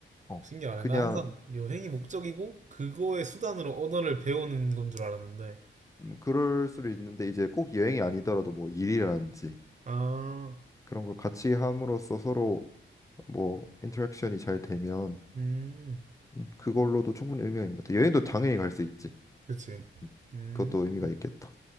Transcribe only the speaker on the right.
신기하네.
나 항상 여행이 목적이고 그거의 수단으로 언어를 배우는 건 줄 알았는데.
아,
음,
그치.
음,